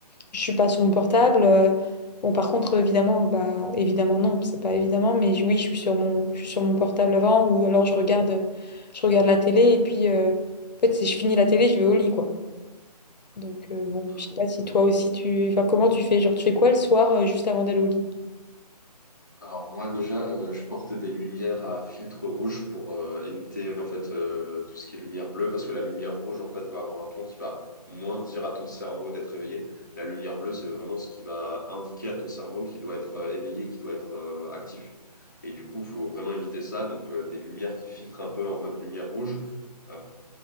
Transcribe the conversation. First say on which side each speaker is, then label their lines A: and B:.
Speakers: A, on the left (about 80°); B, on the left (about 30°).
A: je suis pas sur mon portable. euh. Bon, par contre, évidemment, bah, évidemment, non, c'est pas évidemment, mais je- oui, je suis sur mon, je suis sur mon portable avant ou alors je regarde, je regarde la télé et puis, euh, en fait, si je finis la télé, je vais au lit, quoi. Donc euh, bon,
B: Hmm.
A: je sais pas si toi aussi tu... Enfin, comment tu fais? Genre, tu fais quoi le soir euh, juste avant d'aller au lit?
B: Alors moi déjà, euh, je porte des lumières à filtre rouge pour euh, éviter en fait euh, tout ce qui est lumière bleue parce que la lumière rouge en fait va avoir un ton qui va moins dire à ton cerveau d'être éveillé. La lumière bleue, c'est vraiment ce qui va indiquer à ton cerveau qu'il doit être euh, éveillé, qu'il doit être euh, actif. Et du coup, il faut vraiment éviter ça. Donc euh, des lumières qui filtrent un peu en mode lumière rouge, euh,